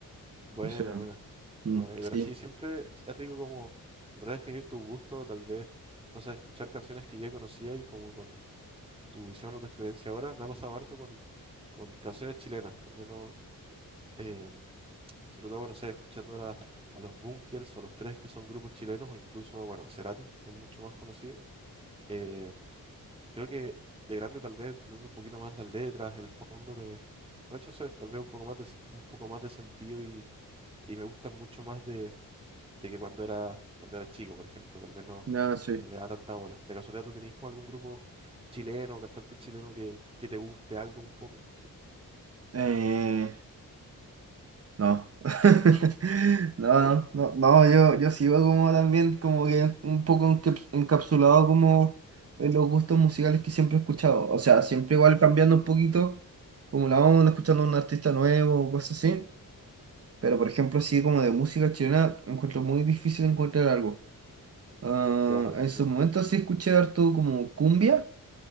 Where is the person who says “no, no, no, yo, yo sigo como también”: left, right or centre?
Right